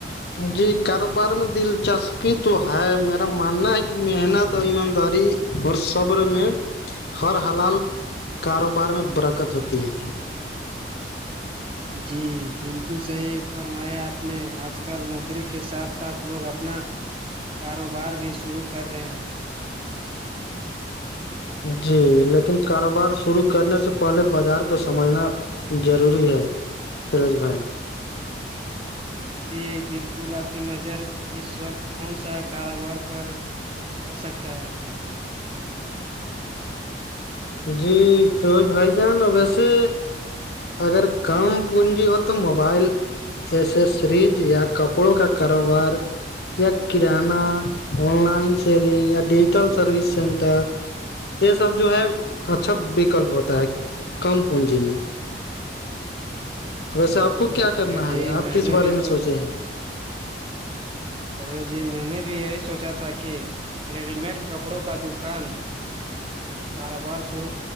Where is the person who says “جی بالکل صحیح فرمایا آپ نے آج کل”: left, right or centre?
Right